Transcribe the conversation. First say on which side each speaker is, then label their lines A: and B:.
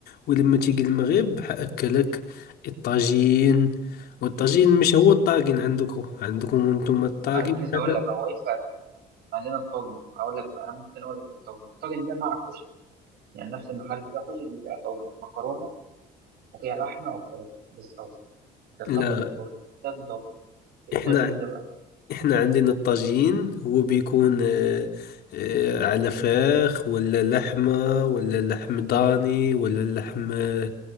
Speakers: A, on the left; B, on the right.
A: ولما تيجي المغرب حاكلك الطاجين والطاجين مش هو الطاجين عندكم عندكم انتم الطاجين
B: أنا كنت لسه
A: حاجه
B: أقول لك هو إيه الفرق عندنا الطاجن أقول لك أنا ممكن أقول لك إيه الطاجن الطاجن ده مع الكشري يعني نفس المحل بتاع كشري بيبيع طاجن مكرونة وفيها لحمة وفراخ بالصلصة بتتحط
A: لا
B: في الفرن ده الطبق ايه
A: احنا
B: الطاجين ده بقى
A: احنا عندنا الطاجين هو بيكون آه، آه، على فراخ ولا لحمه ولا لحم ضاني ولا لحم آه،